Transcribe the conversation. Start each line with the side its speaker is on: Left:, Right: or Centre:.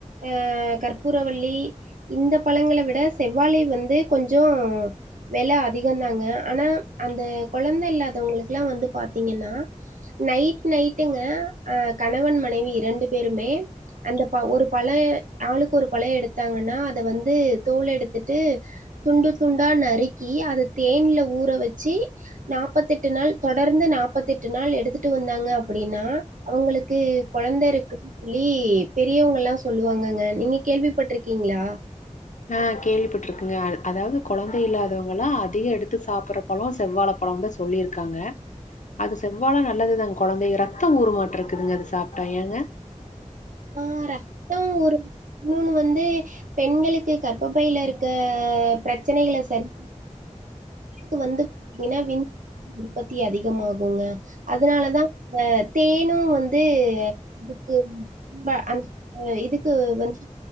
Right: ஆ கற்பூரவள்ளி இந்த பழங்கள விட செவ்வாழை வந்து கொஞ்சோ வெல அதிகந்தாங்க ஆனா அந்த கொழந்தை இல்லாதவங்களுக்குல்லா வந்து பாத்தீங்கன்னா நைட் நைட்டுங்க ஆ கணவன் மனைவி இரண்டு பேருமே அந்த ப ஒரு பழோ ஆளுக்கு ஒரு பழோ எடுத்தாங்கன்னா அத வந்து தோல் எடுத்துட்டு துண்டு துண்டா நறுக்கி அத தேன்ல ஊற வச்சி நாப்பத்தெட்டு நாள் தொடர்ந்து நாப்பத்தெட்டு நாள் எடுத்துட்டு வந்தாங்க அப்டின்னா அவங்களுக்கு கொழந்த இருக்கும் சொல்லி பெரியவங்கல்லா சொல்லுவாங்கங்க நீங்க கேள்விப்பட்ருக்கீங்களா
Left: ஆ கேள்விப்பட்டுருக்குங்க அதாவது கொழந்தை இல்லாதவங்கல்லா அதிக எடுத்து சாப்டறப் பழோ செவ்வாழ பழோந்தா சொல்லிருக்காங்க அது செவ்வாழ நல்லதுதாங்க கொழந்தைங்க ரத்தோ ஊருமாட்டருக்குதுங்க அது சாப்ட்டா ஏங்க
Right: ஆ ரத்த ஊரும் இன்னொன்னு வந்து பெண்களுக்கு கற்ப பையில இருக்க பிரச்சனைகள சரி க்கு வந்து இனவின் உற்பத்தி அதிகமாகுங்க அதனாலதா இந்த தேனு வந்து இதுக்கு <inaudible> அந்த இதுக்கு வந்து